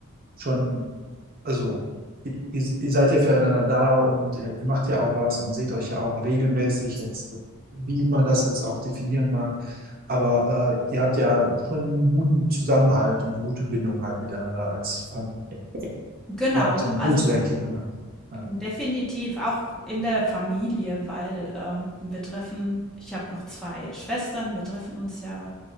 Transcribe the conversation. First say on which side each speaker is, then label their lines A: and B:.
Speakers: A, on the right; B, in the centre.
A: schon, also ihr, ihr ihr seid ja füreinander da und äh, ihr macht ja auch was und seht euch ja auch regelmäßig, jetzt, wie man das jetzt auch definieren mag. Aber äh, ihr habt ja schon einen guten Zusammenhalt und eine gute Bindung halt miteinander als Familie.
B: genau,
A: Äh, so- Du
B: also
A: zu deinen Kindern halt. Ja.
B: definitiv auch in der Familie, weil, ähm, wir treffen ich habe noch 2 Schwestern, wir treffen uns ja